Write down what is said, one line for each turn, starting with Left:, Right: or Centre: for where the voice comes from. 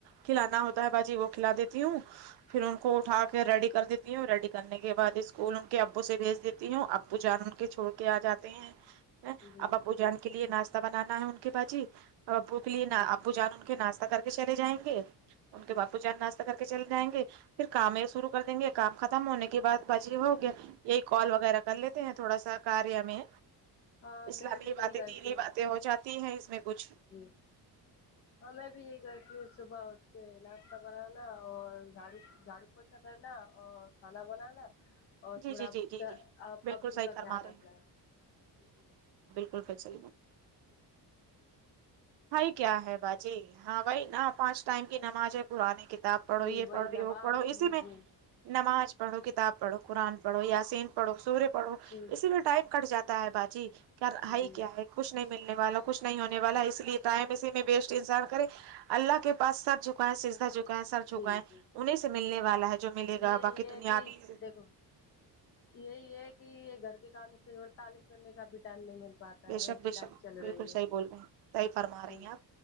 Right: کھلانا ہوتا ہے باجی وہ کھلا دیتی ہوں پھر ان کو اٹھا کے ریڈی کر دیتی ہوں ریڈی کرنے کے بعد اسکول ان کے ابو سے بھیج دیتی تی ہوں ابو جان ان کے چھوڑ کے آ جاتے ہیں
Left: جی
Right: اب اپو جان کے لیے ناستے ناشہ بنانا ہے ان کے باجی اور ابو کے لیے
Left: جی
Right: ابو جان ان کے ناشہ کر کے چلے جائیں گے ان
Left: جی
Right: کے باپو جاننا کر کے چل جائیں گے پھر کام یہ شرو کر دیں گے کام ختم ہونے کے بعد بعج یہ ہو گیا یہی کال ہو کر لیتے ہیں تھوڑا سا کاریہ میں
Left: ہاں
Right: اسلامی
Left: میں بھی یہی
Right: باتیں
Left: کرتی
Right: دینی باتیں ہو جاتی تی ہے اس میں کچھ
Left: ہوں ہاں میں بھی یہی کرتی ہوں صبح اٹھ کے ناشتہ بنانا اور جھاڑ جھاڑو پوچا کرنا او کھانا بنانا اور
Right: جی
Left: تھوڑا
Right: جی جی جی
Left: ا
Right: جی
Left: آب
Right: بالکل
Left: ابو
Right: صحیح
Left: کا
Right: فرما
Left: خیال
Right: رہے
Left: رکھنا جی
Right: ففیکٹ س ہ
Left: جیی
Right: بھائی کیا ہے باجی ہاں بھائی نہ پانچ ٹائم کی نماز ہے پرانے کے کتاب پڑھو
Left: جی
Right: یہ
Left: وہی
Right: پڑھو یہ
Left: نواز
Right: وہ پڑھو اسی
Left: جی
Right: میں
Left: جی
Right: نماز پڑھو کتاب پڑھو قرآن پڑھو یاسین پڑھو سورے پڑھو
Left: جی
Right: اسی لیے ٹائم کٹ جاتا ہے باجی کیا ہائی
Left: جی
Right: کیا ہے کچھ نہیں ملنے والوں کو کچھ نہیں ہونے والا
Left: ہاں
Right: ہے اس لیے ٹائم اسی میں بیسٹ انسان کرے اللہ کے پا سد جھکائیں سیدھا جھک سرچ ہو
Left: جی
Right: گا ہے
Left: جی
Right: انہیں سے ملنے والا ہے جو ملے گا
Left: یہ
Right: باقی
Left: یہ
Right: دنیابی
Left: کہ دیکھو یہی ہے کہ یہ گھر کے کام سے تعلیم کرنے کا بھی ٹائم نہیں مل پاتا
Right: بے
Left: ہے
Right: شک
Left: ایسی
Right: بے
Left: لائف
Right: شک
Left: چل
Right: بالکل
Left: رہی ہے
Right: صحیح بول رہے ہیں صحیح فرما رہی
Left: جی
Right: ہیں آپ